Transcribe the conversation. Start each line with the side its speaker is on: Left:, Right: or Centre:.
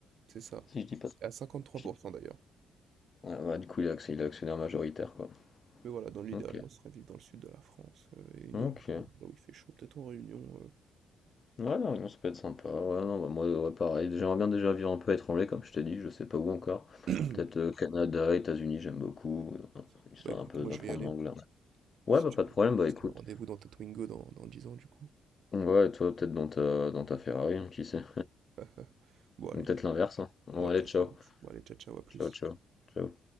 Right: C'est ça.
Left: Si je dis pas.
Right: À cinquante-trois
Left: je
Right: pour
Left: dis-
Right: cent d'ailleurs.
Left: Ouais, bah, du coup, il est actionnaire il est actionnaire majoritaire quoi.
Right: Mais voilà, dans l'idéal,
Left: Ok.
Right: moi, ce serait vivre dans le sud de la France euh, et une
Left: Ok.
Right: autre maison, là où il fait chaud, peut-être en Réunion.
Left: Ouais, la Réunion, ça peut être sympa. Ouais, non, bah, moi, ouais, pareil. J'aimerais bien déjà vivre un peu à l'étranger, comme je t'ai dit, je sais pas où encore.
Right: euh.
Left: Peut-être euh, Canada, États-Unis, j'aime beaucoup, euh,
Right: <clears throat>
Left: histoire
Right: Bah écoute,
Left: d'un peu
Right: moi,
Left: d'apprendre
Right: je vais y aller.
Left: l'anglais. Ouais,
Right: Si
Left: bah
Right: tu
Left: pas
Right: veux.
Left: de problème, bah écoute.
Right: Rendez-vous dans Tatwingo dans, dans 10 ans, du coup.
Left: Ouais, et toi, peut-être dans ta, dans ta Ferrari, hein, qui sait.
Right: Ah, bon, allez.
Left: Ou peut-être l'inverse. hein. Bon,
Right: Ouais,
Left: allez,
Right: peut-être
Left: ciao.
Right: ça. Bon, allez, ciao, ciao, à plus.
Left: Ciao, ciao. Ciao.